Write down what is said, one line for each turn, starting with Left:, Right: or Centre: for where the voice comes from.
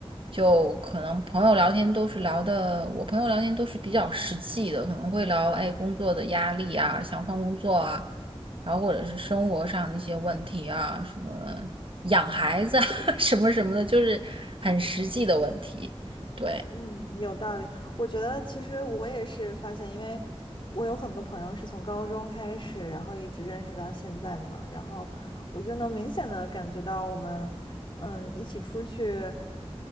Right: 就可能朋友聊天都是聊的，我朋友聊天都是比较实际的，可能会聊哎工作的压力啊，想换工作啊，然后或者是生活上的一些问题啊，什么养孩子啊，<laughs> 什么什么的，就是很实际的问题。对
Left: 嗯，有道理。我觉得其实我也是发现，因为我有很多朋友是从高中开始，然后一直认识到现在的嘛，然后我就能明显的感觉到我们，嗯，一起出去，